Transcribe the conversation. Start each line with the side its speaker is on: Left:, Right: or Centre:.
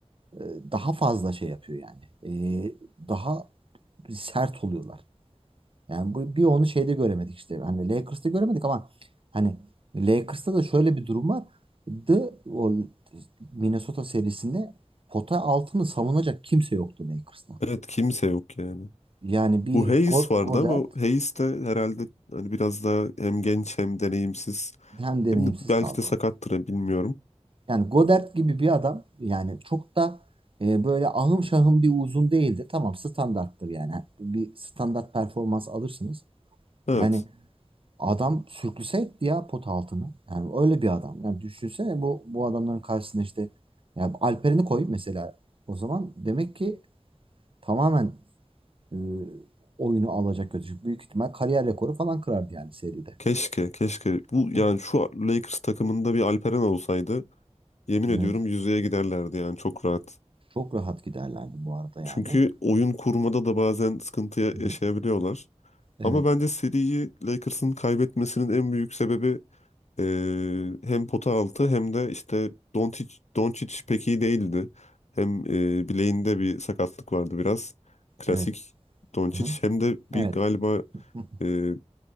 Right: e, daha fazla şey yapıyor yani. E, daha sert oluyorlar. Yani bu bir onu şeyde göremedik işte. Hani Lakers'ta göremedik ama hani Lakers'ta da şöyle bir durum vardı. O Minnesota serisinde pota altını savunacak kimse yoktu Lakers'ta.
Left: Evet kimse yok yani.
Right: Yani bir
Left: Bu Hayes
Right: Go-
Left: vardı
Right: Godert
Left: ama Hayes de herhalde hani biraz daha hem genç hem deneyimsiz.
Right: hem deneyimsiz
Left: Hem de belki
Right: kaldı
Left: de sakattır
Right: orada.
Left: ha, bilmiyorum.
Right: Yani Godert gibi bir adam yani çok da e, böyle ahım şahım bir uzun değildi. Tamam standarttır yani. Bir standart performans alırsınız.
Left: Evet.
Right: Yani adam sürklüse etti ya pot altını. Yani öyle bir adam. Yani düşünsene bu bu adamların karşısında işte yani Alperen'i koy mesela o zaman demek ki tamamen e, oyunu alacak götürecek. Büyük ihtimal kariyer rekoru falan kırardı yani seride.
Left: Keşke, keşke. Bu
Right: Hı
Left: yani
Right: hı.
Left: şu Lakers takımında bir Alperen olsaydı Yemin ediyorum
Right: Evet.
Left: yüzeye giderlerdi yani çok rahat.
Right: Çok rahat giderlerdi bu arada yani.
Left: Çünkü oyun kurmada da bazen sıkıntı ya-
Right: Hı
Left: yaşayabiliyorlar.
Right: hı. Evet.
Left: Ama bence seriyi Lakers'ın kaybetmesinin en büyük sebebi e, hem pota altı hem de işte Doncic, Doncic pek iyi değildi. Hem e, bileğinde bir sakatlık vardı biraz. Klasik
Right: Evet.
Left: Doncic.
Right: Hı hı.
Left: Hem de
Right: Evet.
Left: bir galiba
Right: Hı.
Left: e,